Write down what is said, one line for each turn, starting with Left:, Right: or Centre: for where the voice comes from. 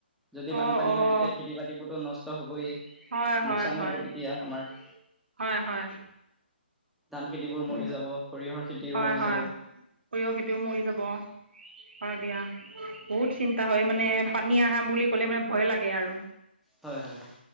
Centre: যদি বানপানী
Right: অঁ অঁ
Centre: হয়, তেতিয়া খেতি বাতিবোৰতো নষ্ট হ'বই।
Right: হয় হয়
Centre: লোকচানো
Right: হয়
Centre: হ'ব তেতিয়া আমাৰ।
Right: হয়, হয়।
Centre: ধান খেতি বোৰ মৰি যাব। সৰিয়হৰ খেতিও
Right: হয়,
Centre: মৰি
Right: হয়।
Centre: যাব
Right: সৰিয়হৰ খেতিও মৰি যাব। হয় দিয়া। বহুত চিন্তা হয় মানে, পানী আহা বুলি ক'লে মানে ভয় লাগে আৰু!
Centre: হয়, হয়, হয়।